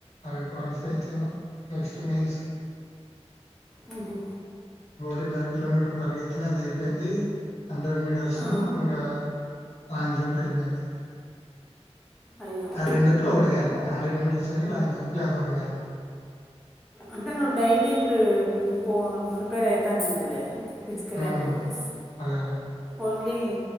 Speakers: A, on the left; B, in the centre.
A: అవి క్వాలిఫై అయితన నెక్స్ట్ మెయిన్స్ కి
B: మ్మ్ హు
A: టిన్నర్ కిలోమీటర్ పరిగెత్తిన అది అయిపోయింది హండ్రెడ్ మీటర్స్ను
B: ఆ,
A: ను ఇంకా ఆట్ నుంచి ఎల్లిపోయింది
B: అయ్యో
A: ఆ రెండుట్లో ఒకటికిళ్ల హండ్రెడ్ మీటర్స్ కానీ లాంగ్ జంప్ లేదో ఒకటిగాళ్ల
B: అంటే నువ్వు డైలీ ఇ పో ప్రిపేర్ అయితా నిందిలే ఫిజికల్
A: హ్మ్.
B: యాక్టివిటీస్
A: అదే. అదే.
B: ఓన్లీ